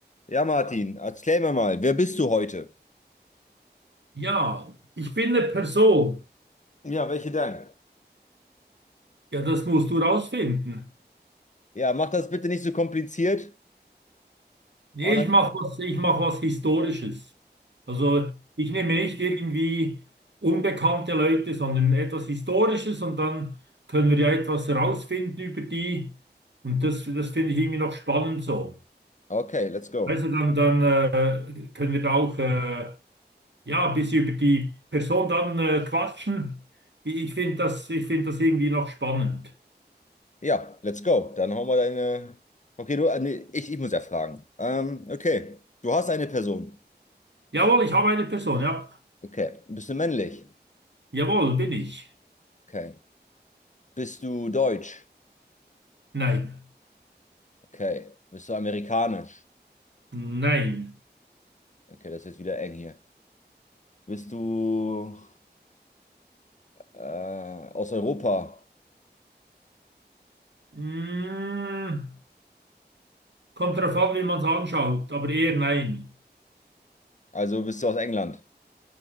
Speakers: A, on the left (about 45°); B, on the right (about 85°).
A: Ja, Martin, erklär mir mal, wer bist du heute?
B: Ja, ich bin eine Person.
A: Ja, welche denn?
B: Ja, das musst du rausfinden.
A: Ja, mach das bitte nicht so kompliziert.
B: Nee,
A: Und
B: ich
A: dann-
B: mache was, ich mach was Historisches. Also ich nehme nicht irgendwie unbekannte Leute, sondern etwas Historisches und dann können wir ja etwas rausfinden über die. Und das, das finde ich irgendwie noch spannend so.
A: Okay, let's go.
B: Also dann, dann äh, können wir da auch äh, ja, ein bisschen über die Person dann äh, quatschen. Ich, ich finde das, ich finde das irgendwie noch spannend.
A: Ja, let's go. Dann hauen wir deine. Okay, du, äh, nee, ich, ich muss ja fragen. Ähm, okay, du hast eine Person.
B: Jawohl, ich habe eine Person, ja.
A: Okay, bist du männlich?
B: Jawohl, bin ich.
A: Okay. Bist du deutsch?
B: Nein.
A: Okay. Bist du amerikanisch?
B: Nein.
A: Okay, das ist jetzt wieder eng hier. Bist du äh, aus Europa?
B: Mm, kommt darauf an, wie man es anschaut, aber eher nein.
A: Also bist du aus England?